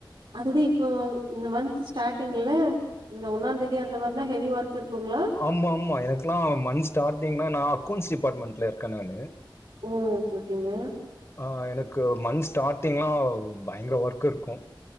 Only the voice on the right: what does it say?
அதுவே இப்போ இந்த மந்த் ஸ்டார்டிங்ல இந்த ஒன்னாந்தேதி அந்த மாரிலா ஹெவி ஒர்க் இருக்குங்ளா
ஓ ஓகே ஓகேங்க